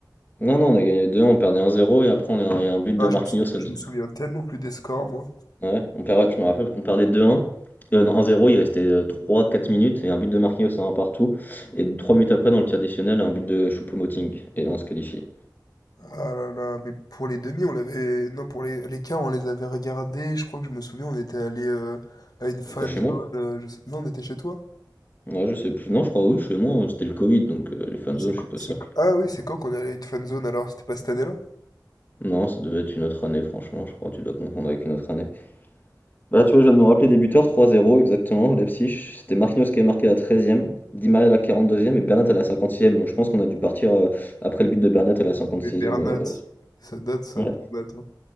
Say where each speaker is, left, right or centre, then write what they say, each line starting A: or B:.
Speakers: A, on the left; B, on the left.
A: Non, non, on a gagné 2-1, on perdait 1-0. Et après, on a, il y a un but de
B: Ah,
A: Marquinhos.
B: je me souviens,
A: à
B: je
A: dix-
B: me souviens tellement plus des scores, moi.
A: Ouais, on perd, ouais, je me rappelle qu'on perdait 2-1. Euh, non, 1-0, il restait euh, trois quatre minutes. Et un but de Marquinhos à un partout. Et 3 minutes après, dans le tir additionnel, un but de Choupo-Moting. Et là, on se qualifie.
B: Ah là là, mais pour les demi, on l'avait. Non, pour les, les quarts, on les avait regardés. Je crois que je me souviens, on était allé euh, à une fan
A: C'est pas chez
B: zone.
A: moi.
B: euh, je sais- Non, on était chez toi.
A: Ouais, je sais plus. Non, je crois, oui, chez moi, c'était le Covid, donc euh, les fanzones,
B: C'est quand-
A: je suis pas
B: c'est-
A: sûr. que-
B: Ah oui, c'est quand qu'on est allé à une fan zone alors? C'était pas cette année-là?
A: Non, ça devait être une autre année, franchement, je crois, tu dois confondre avec une autre année. Bah, tu vois, je viens de me rappeler débuteur, 3-0, exactement, Leipzig. C'était Marquinhos qui avait marqué à la treizième, Di Maria à la quarante deuxième et Bernat à la 56e. Donc, je pense qu'on a dû partir euh, après le but de Bernat à la cinquante
B: On avait
A: sixième.
B: Bernat.
A: euh,
B: Ça date, ça,
A: Ouais.
B: Bernat.